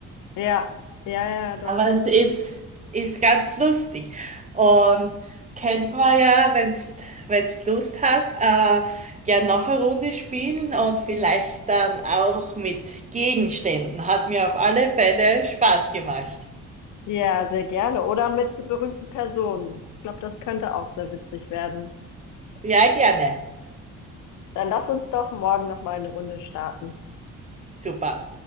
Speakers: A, on the left; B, on the right.
A: ja, ja, ja, doch.
B: Aber es ist, ist ganz lustig. Und kennt man ja, wenn's, wenn's Lust hast, äh, gern noch eine Runde spielen und vielleicht dann auch mit Gegenständen. Hat mir auf alle Fälle Spaß gemacht.
A: Ja, sehr gerne. Oder mit berühmten Personen. Ich glaube, das könnte auch sehr witzig werden.
B: Ja, gerne.
A: Dann lass uns doch morgen noch mal eine Runde starten.
B: Super.